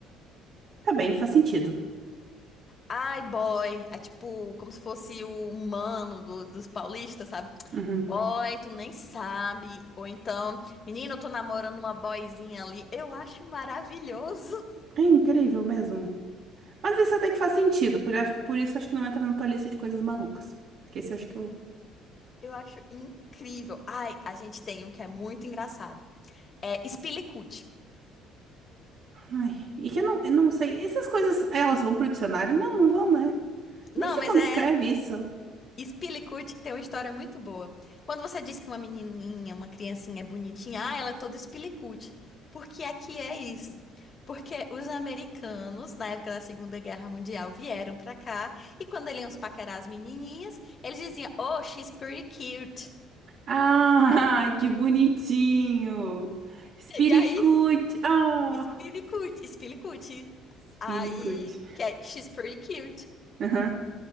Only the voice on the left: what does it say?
Ai, boy. É tipo, como se fosse o humano dos, dos paulistas, sabe?
Boy, tu nem sabe. Ou então, menino, eu tô namorando uma boyzinha ali. Eu acho maravilhoso. <laughs>
Eu acho incrível. Ai, a gente tem um que é muito engraçado. É Spilicute.
Não,
mas
é
Spillicut tem uma história muito boa. Quando você diz que uma menininha, uma criancinha é bonitinha, ah, ela é toda Spillicut. Porque aqui é que é isso. Porque os americanos, na época da Segunda Guerra Mundial, vieram pra cá e quando eles iam paquerar as menininhas, eles diziam, oh, she's pretty cute.
E aí,
Spillicut, Spillicut.
Aí, que é she's pretty cute.